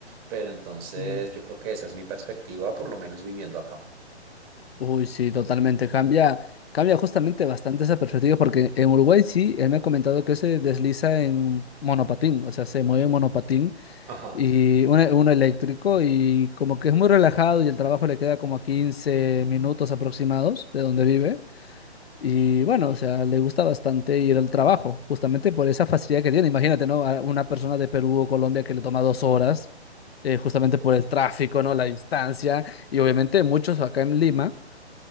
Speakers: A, on the right; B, on the left.
A: pero entonces
B: Mm.
A: yo creo que esa es mi perspectiva, por lo menos viviendo acá.
B: Uy, sí, totalmente. Cambia, cambia justamente bastante esa perspectiva porque en Uruguay sí, él me ha comentado que se desliza en monopatín, o sea, se mueve en monopatín
A: Ajá.
B: y uno, uno eléctrico y como que es muy relajado y el trabajo le queda como a 15 minutos aproximados de donde vive. Y bueno, o sea, le gusta bastante ir al trabajo, justamente por esa facilidad que tiene. Imagínate, ¿no? A una persona de Perú o Colombia que le toma dos horas, eh, justamente por el tráfico, ¿no? La distancia. Y obviamente muchos acá en Lima